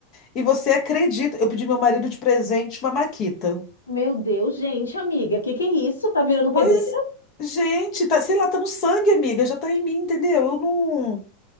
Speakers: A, on the left; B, on the left.
A: E você acredita? Eu pedi meu marido de presente uma maquita.
B: Meu Deus, gente, amiga, que que é isso? Tá virando pedreira?
A: Pois, gente, tá, sei lá, tá no sangue, amiga, já tá em mim, entendeu? Eu não,